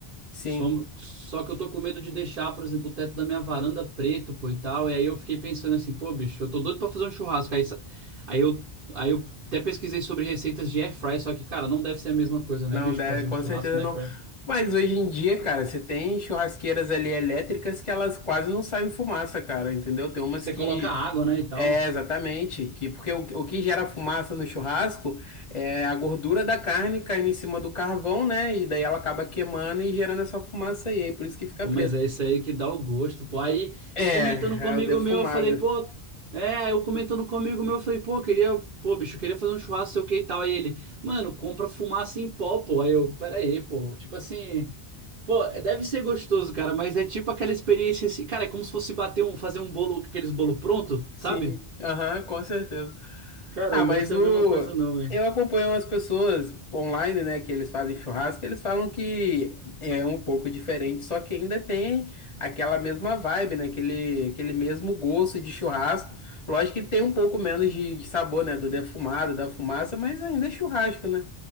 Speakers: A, on the left; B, on the right.
A: Sim,
B: Som- Só que eu tô com medo de deixar, por exemplo, o teto da minha varanda preto, pô, e tal. E aí eu fiquei pensando assim, pô, bicho, eu tô doido pra fazer um churrasco. Aí, sa- aí eu, aí eu até pesquisei sobre receitas de air fry, só que, cara, não deve ser a mesma coisa, né,
A: não
B: bicho,
A: deve,
B: fazer um
A: com
B: churrasco
A: certeza
B: na
A: não.
B: air fry.
A: Mas hoje em dia, cara, você tem churrasqueiras ali elétricas que elas quase não saem fumaça, cara, entendeu? Tem umas
B: Você
A: que
B: coloca água, né, e tal.
A: É, exatamente, que porque o, o que gera fumaça no churrasco é a gordura da carne caindo em cima do carvão, né? E daí ela acaba queimando e gerando essa fumaça aí, aí por isso que fica
B: Pô,
A: preto.
B: mas é isso aí que dá o gosto, pô. Aí
A: É,
B: eu comentando com um amigo
A: é o defumado.
B: meu, eu falei, pô, é, aí eu comentando com um amigo meu, eu falei, pô, queria, pô, bicho, eu queria fazer um churrasco, sei o que e tal. Aí ele, mano, compra fumaça em pó, pô. Aí eu, pera aí, pô, tipo assim, pô, deve ser gostoso, cara, mas é tipo aquela experiência assim, cara, é como se fosse bater um, fazer um bolo, aqueles bolo pronto,
A: Sim,
B: sabe?
A: aham, com certeza.
B: Cara,
A: Ah,
B: não
A: mas
B: deve ser
A: o.
B: a mesma coisa não, velho.
A: Eu acompanho umas pessoas online, né, que eles fazem churrasco, eles falam que é um pouco diferente, só que ainda tem aquela mesma vibe, né, aquele, aquele mesmo gosto de churrasco. Lógico que tem um pouco menos de, de sabor, né, do defumado, da fumaça, mas ainda é churrasco, né?